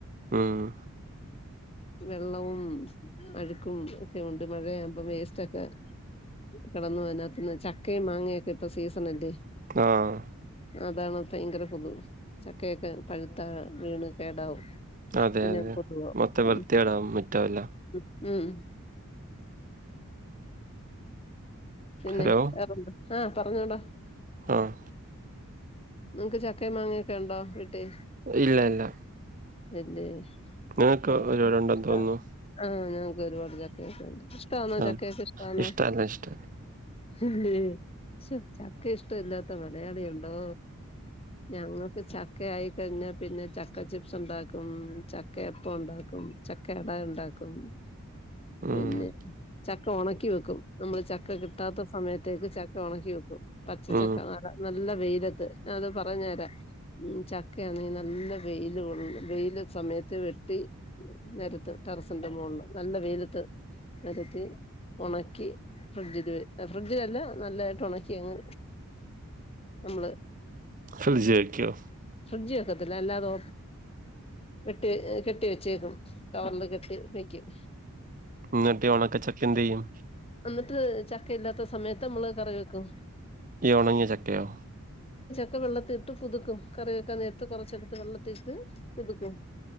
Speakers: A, on the right (about 35°); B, on the left (about 25°).
A: ആഹ്
B: ഉം വെള്ളവും അഴുക്കും ഒക്കെയുണ്ട് മഴയാകുമ്പം വേസ്റ്റൊക്കെ കിടന്ന് അതിനകത്ത്ന്ന് ചക്കയും മാങ്ങയൊക്കിപ്പ സീസണല്ലേ
A: ആഹ്
B: അതാണ് ഭയങ്കര കൊതുവ് ചക്കയൊക്കെ പഴുത്താ വീണ് കേടാവും
A: അതെ
B: പിന്നെ
A: അതെ
B: കൊതുകാവും
A: മൊത്തം
B: ഉം
A: വൃത്തിയേടാവും മുറ്റവെല്ലാം.
B: ഉം ഉം പിന്നെ
A: ഹലോ
B: വേറെന്താ ആഹ് പറഞ്ഞോടാ.
A: ആഹ്
B: നിങ്ങക്ക് ചക്കയും മാങ്ങയൊക്കെയുണ്ടോ? വീട്ടി
A: ഇല്ല ഇല്ല
B: ഇല്ലേ
A: നിങ്ങക്ക്
B: ആഹ്
A: ഒരുപാടുണ്ടെന്ന് തോന്നുന്നു
B: ഞങ്ങക്ക് ഒരുപാട് ചക്കയൊക്കെയ്ണ്ട് ഇഷ്ടാന്നോ
A: ആഹ്
B: ചക്കയൊക്കെ ഇഷ്ടാന്നോ
A: ഇഷ്ടല്ല ഇഷ്ട
B: ഇല്ലേ ശോ ചക്ക ഇഷ്ടഇല്ലാത്ത മലയാളിയുണ്ടോ? ഞങ്ങക്ക് ചക്കയായിക്കഴിഞ്ഞാ പിന്നെ ചക്കച്ചിപ്സുണ്ടാക്കും ചക്കയപ്പഉണ്ടാക്കും. ചക്കയടണ്ടാക്കും
A: ഉം
B: പിന്നെ ചക്ക ഒണക്കി വെക്കും നമ്മള് ചക്ക കിട്ടാത്ത സമയത്തേക്ക് ചക്ക ഒണക്കി വെക്കും പച്ചച്ചക്ക
A: ഉം
B: <unintelligible> നല്ല വെയിലത്ത് ഞാനത് പറഞ്ഞ്തരാ ചക്കയാണെ നല്ല വെയില് കൊള്ളും വെയില് സമയത്ത് വെട്ടി നെരത്തും ടെറസിന്റെ മോളില് നല്ല വെയിലത്ത് നെരത്തി ഒണക്കി ഫ്രിഡ്ജില് വെ ഫ്രിഡ്ജിലല്ലാ നല്ലായിട്ട് ഒണക്കിയങ്ങ് നമ്മള്
A: ഫ്രിഡ്ജിവെക്കോ
B: ഫ്രിഡ്ജി വെക്കത്തില്ല അല്ലാതൊ കെട്ടി കെട്ടി വെച്ചേക്കും കവറില് കെട്ടി വെക്കും
A: എന്നങ്ങിട്ടിയൊണക്ക ചക്കയെന്ത്‌ ചെയ്യും
B: ഇന്നിട്ട് ചക്കയില്ലാത്ത സമയത്ത് നമ്മള് കറിവെക്കും
A: ഈ ഒണങ്ങിയ ചക്കെയോ
B: ക്കെ വെള്ളത്തിലിട്ട് കുതുക്കും കറിവെക്കാ നേരത്ത് കൊറച്ചെടുത്ത് വെള്ളത്തിലിട്ട് കുതുക്കും.